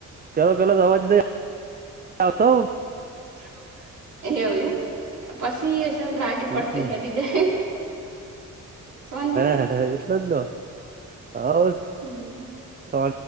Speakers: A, on the right; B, on the right.
A: પેલો પેલો અવાજ ન આવતો
B: <unintelligible> એવું એમ. પછી ચલ રાગે
A: હમ
B: પડતે હેડી જાય. શોંતિ
A: હ એટલો જ લો હ શ
B: હમ